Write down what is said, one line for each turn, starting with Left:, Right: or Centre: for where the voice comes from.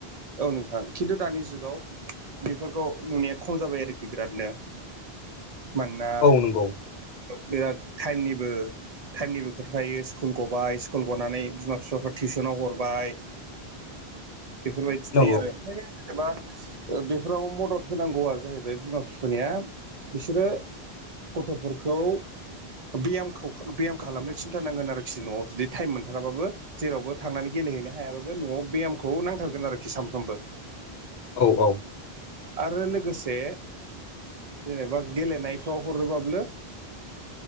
Right: औ नोंथां खिन्थु दानि जुगाव बेफोरखौ नुनाया खम जाबाय आरोखि बिरादनो मानोना
Left: औ नंगौ।
Right: बिराद थाइमनिबो थाइमनिबो खोथा थायो स्कुल गबाय स्कुल गनानै बिमा बिफाफ्रा टिउसनाव हरबाय बेफोरबायदि
Left: नंगौ
Right: थायो आरो। एबा बेफोराव मदद होनांगौआ जाहैबाय बिमा बिफानिया बिसोरो गथ'फोरखौ बेयामखौ बेयाम खालामनो सिन्थानांगोन आरोखि न'आव जुदि थाइम मोनथाराबाबो जेरावबो थांनानै गेलेहैनो हायाबाबो न'आव बेयामखौ नांथारगोन आरोखि सानफ्रामबो।
Left: औ औ।
Right: आरो लोगोसे जेनेबा गेलेनायफ्राव हरोब्लाबो